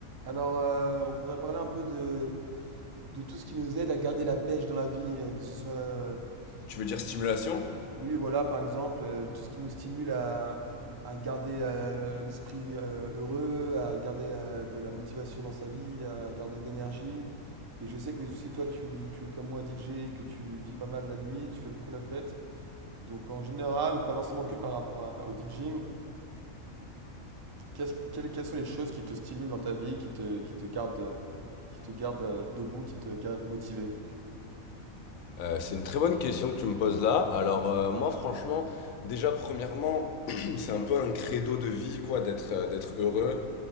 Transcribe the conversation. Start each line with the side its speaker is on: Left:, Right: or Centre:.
Right: Alors, euh, on pourrait parler un peu de, de tout ce qui nous aide à garder la pêche dans la vie, euh, que ce soit, euh,
Left: Tu veux dire
Right: que ce-
Left: stimulation
Right: oui, voilà, par exemple, euh, tout ce qui nous stimule à, à garder euh, le- l'esprit euh, heureux, à garder euh, de la motivation dans sa vie, à garder de l'énergie. Et je sais que si toi, tu, tu es comme moi DJ et que tu vis pas mal la nuit, tu fais beaucoup la fête. Donc, en général, pas forcément que par rapport à- au DJing, Qu'est-ce- quelles, quelles sont les choses qui te stimulent dans ta vie, qui te, qui te gardent, euh, qui te gardent euh, debout, qui te gardent motivé?
Left: Euh, c'est une très bonne question que tu me poses là. Alors euh, moi franchement, déjà premièrement, <clears throat> c'est un peu un credo de vie quoi d'être euh, d'être heureux.